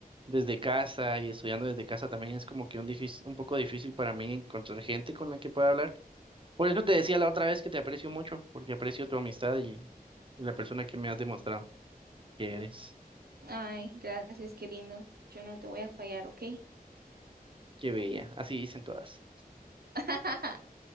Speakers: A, on the right; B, on the right.
A: desde casa y estudiando desde casa también es como que un difícil, un poco difícil para mí encontrar gente con la que pueda hablar. Por eso te decía la otra vez que te aprecio mucho, porque aprecio tu amistad y la persona que me has demostrado que eres.
B: ay, gracias, qué lindo. Yo no te voy a fallar, ¿ok?
A: Qué bella, así dicen todas.
B: <laughs>